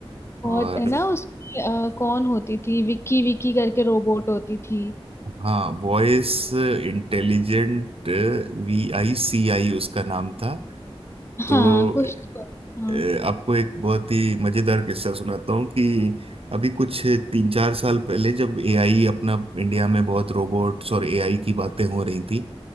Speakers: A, on the left; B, on the right.
A: बहुत
B: और
A: है ना उसमें अ, कौन होती थी विक्की विक्की करके रोबोट होती थी
B: हाँ वॉइस इंटेलिजेंट वी आई सी आई उसका नाम था तो
A: हाँ कुछ तो
B: अ,
A: हाँ
B: आपको एक बहुत ही मजेदार किस्सा सुनाता हूँ कि अभी कुछ तीन चार साल पहले जब एआई अपना इंडिया में बहुत रोबोट्स और एआई की बातें हो रही थी